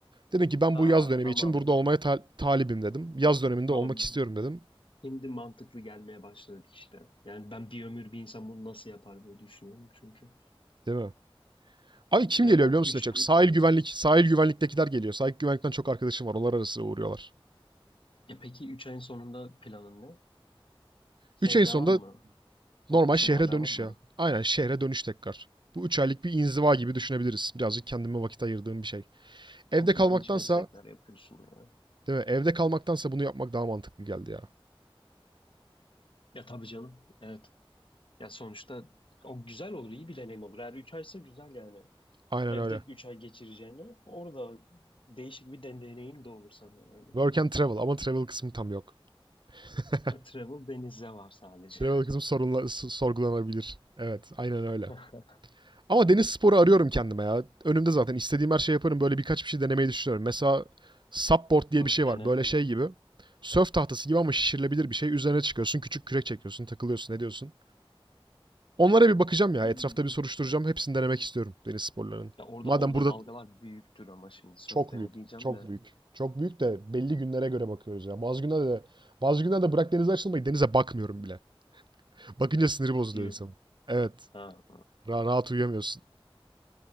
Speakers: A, on the right; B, on the left.
A: Dedim ki ben
B: Ha,
A: bu yaz dönemi
B: tamam,
A: için burada olmaya ta- talibim dedim. Yaz döneminde
B: tamam.
A: olmak istiyorum dedim.
B: Şimdi mantıklı gelmeye başladı işte. Yani ben bir ömür bir insan bunu nasıl yapar diye düşünüyorum çünkü.
A: Değil mi? Abi kim
B: E,
A: geliyor
B: o
A: biliyor musun
B: üç,
A: en çok?
B: ü-
A: Sahil güvenlik, sahil güvenliktekiler geliyor. Sahil güvenlikten çok arkadaşım var. Onlar arası uğruyorlar.
B: e peki 3 ayın sonunda planın ne? Şey
A: 3 ayın
B: devam
A: sonunda
B: mı?
A: normal
B: Okçuluğa
A: şehre
B: devam
A: dönüş
B: mı?
A: ya. Aynen şehre dönüş tekrar. Bu 3 aylık bir inziva gibi düşünebiliriz. Birazcık kendime vakit ayırdığım bir şey. Evde
B: Çok
A: kalmaktansa,
B: ilginç meslekler yapıyorsun ya.
A: değil mi? Evde kalmaktansa bunu yapmak daha mantıklı geldi ya.
B: Ya tabii canım. Evet. Ya sonuçta o güzel olur, iyi bir deneyim olur. Eğer 3 aysa güzel yani.
A: Aynen
B: Evde
A: öyle.
B: 3 ay geçireceğine orada değişik bir den- deneyim de olur sana yani.
A: Work and travel ama travel kısmı tam yok. <laughs>
B: Ya travel denizde var sadece.
A: Travel kısmı sorunla, s- sorgulanabilir. Evet, aynen öyle.
B: <laughs>
A: Ama deniz sporu arıyorum kendime ya. Önümde zaten istediğim her şeyi yaparım. Böyle birkaç bir şey denemeyi düşünüyorum. Mesela supboard diye
B: Sörf
A: bir şey
B: dene.
A: var. Böyle şey gibi. Sörf tahtası gibi ama şişirilebilir bir şey. Üzerine çıkıyorsun, küçük kürek çekiyorsun, takılıyorsun, ne diyorsun? Onlara bir bakacağım ya.
B: Hmm.
A: Etrafta bir soruşturacağım. Hepsini denemek istiyorum deniz sporlarının.
B: Ya orada
A: Madem
B: orada
A: burada
B: dalgalar büyüktür ama şimdi sörf
A: çok
B: dene
A: büyük,
B: diyeceğim
A: çok
B: de
A: büyük. Çok büyük de belli günlere göre bakıyoruz ya. Bazı günlerde de bazı günlerde bırak denize açılmayı denize bakmıyorum bile. Bakınca siniri bozuluyor
B: diyorum.
A: insanın. Evet.
B: Ha.
A: ra- rahat uyuyamıyorsun.